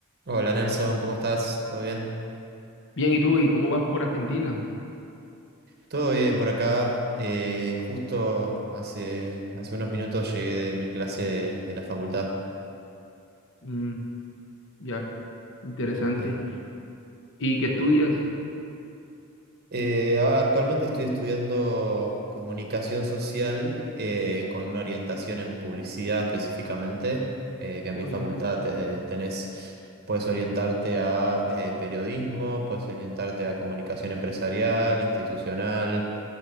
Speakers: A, on the right; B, on the left.
A: Hola Nelson, ¿cómo estás? ¿Todo bien?
B: Bien, ¿y tú? ¿Y cómo vas por Argentina?
A: Todo bien por acá. Eh, justo hace, hace unos minutos llegué de mi clase de, de la facultad.
B: Mm, ya, interesante.
A: Eh,
B: ¿Y qué estudias?
A: eh, ahora actualmente estoy estudiando comunicación social eh, con una orientación en publicidad específicamente, eh, que en
B: Orientación.
A: mi facultad eh, tenés, puedes orientarte a eh, periodismo, puedes orientarte a comunicación empresarial, institucional.